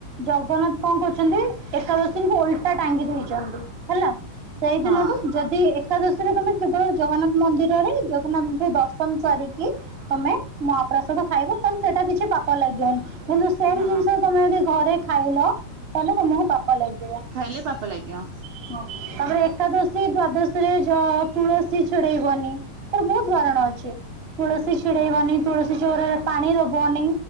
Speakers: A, on the right; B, on the right.
A: ଜଗନ୍ନାଥ କଣ କରିଛନ୍ତି ଏକାଦଶୀଙ୍କୁ ଓଲଟା ଟାଙ୍ଗି ଦେଇଛନ୍ତି ହେଲା ସେଇ
B: ହଁ
A: ଦିନଠୁ ଯଦି ଏ ଏକା ଦଶିରେ ତମେ କେବଳ ଜଗନ୍ନାଥ ମନ୍ଦିରରେ ଜଗନ୍ନାଥଙ୍କୁ ଦର୍ଶନ ସାରିକି ତମେ ମହାପ୍ରସାଦ ଖାଇବ ତାହେଲେ ସେଇଟା କିଛି ପାପ ଲାଗିବନି। କିନ୍ତୁ ସେମ
B: ହଁ
A: ଜିନିଷ ତମେ ଯଦି ଘରେ ଖାଇଲ ତାହେଲେ ତମକୁ ପାପ ଲାଗିବ।
B: ଇଲେ ପାପା ଲାଗିବ?
A: ହ ତାପରେ
B: ହଁ
A: ଏକାଦଶୀ ଦ୍ଵାଦଶୀ ରେ ଯ ତୁଳସୀ ଛିଡେଇବନି ତାର ବହୁତ ବାରଣା
B: ହଁ
A: ଅଛି ତୁଳସୀ ଛିଡେଇବନି
B: ହଁ
A: ତୁଳସୀ ଚଉରାରେ ପାଣି ଦବନି